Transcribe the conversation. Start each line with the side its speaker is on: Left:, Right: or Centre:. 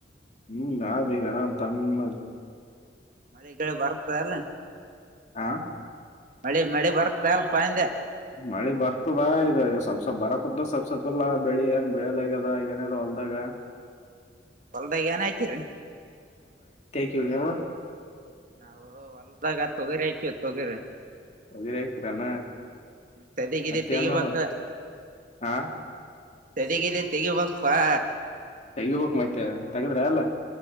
Left: ಹ್ಮ್ ಯದು ರ ತಂದ.
Right: ಮಳೆಗಳು ಬರ್ತ ಅಲ್ಲ.
Left: ಹಾ
Right: ಮಳೆ ಮಳೆ ಬರ್ತಾ ಅಲ್ಪ ಹಂದೆ.
Left: ಮಳಿ ಬರ್ತದ ಇದು ಸೊಪ್ಸೊಪ್ ಬರ ಕುತ್ ಸೊಪ್ ಸೊಪ್ಪಲ್ಲ ಬೆಳಿ ಏನ್ ಬೆಳಿಯಲ್ಲ ಆಗ್ಯದ ಏನೇರ. ಹೊಲ್ದಗ
Right: ಹೊಲ್ದಗ ಏನಾಕಿದ್ರಿ.
Left: ಕೋಗಾವ.
Right: ನಾವು ಹೊಲ್ದಾಗ ತೊಗರಿ ಆಕ್ಯ ತೊಗರಿ.
Left: ಅದರಯಲಣ್ಣ
Right: ಸದಿಗಿದಿ
Left: ಮತ್ತೇಣಾಡೋ.
Right: ತೆಗಿಬೇಕ
Left: ಹಾ
Right: ಸರಿಗಿದೆ ತೆಗಿಬಕ್ಪ್ಪಾ.
Left: ತೆಗಿಬಕ್ ಮೈತ್ತ ತಗದ್ರ ಅಲ್ಲ.